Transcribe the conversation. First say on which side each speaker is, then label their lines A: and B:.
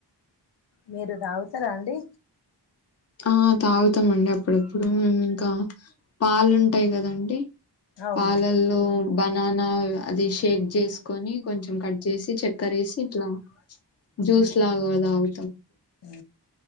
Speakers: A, on the left; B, on the left.
A: మీరు తాగుతరా అండి
B: ఆ తాగుతామండి అప్పుడప్పుడు మేము ఇంకా పాలుంటయి కదండి
A: అవును
B: పాలల్లో బనాన అది షేక్ చేసుకొని కొంచెం కట్ చేసి చెక్కర వేసి ఇట్లా జ్యూస్ లాగాదావు
A: ఆ